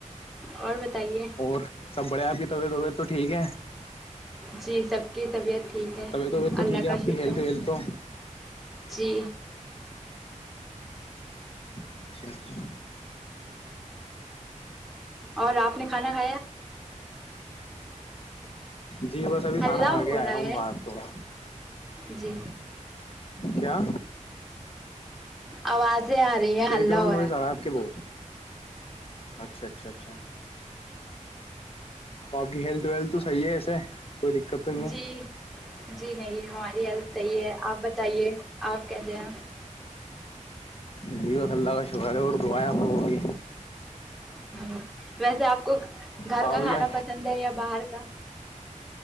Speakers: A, in the centre; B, on the left.
A: اور بتائیے
B: اور سب بڑھیا آپ کی طبع وبیعت تو ٹھیک ہے
A: جی سب کی طبیعت ٹھیک ہے
B: طبیع وبیت تو
A: اللہ
B: ٹھیک ہے
A: کا
B: آپ
A: شکر
B: ہیلتھ ویلت تو
A: جی
B: اچھا اچھا
A: اور آپ نے کھانا کھایا
B: جی بس ابھی کھانا
A: ہلہ
B: کھا کے
A: ہو
B: آیا
A: رہا
B: ہوں
A: ہے
B: باہر تھڑا
A: جی
B: کیا
A: آوازیں آ رہی ہے
B: بیک
A: ہلہ
B: گاؤنڈز
A: ہو
B: آ رہا ہے آپ کے بت اچھا اچھا اچھ تو آپ کی ہیلتھ ویلت تو صحی ہے ایسے کوئی دقت تو نہیں
A: جی جی نہیں ہماری ہیلپ صحیح ہے آپ بتائیے آپ کہتے ہیں
B: جیو تھلہ کا شکر ہے اور دایا پوں گی
A: ہوں، ویسے آپ کو گھر
B: آپ
A: کا کھانا
B: کیا
A: پسند ہے یا باہر کا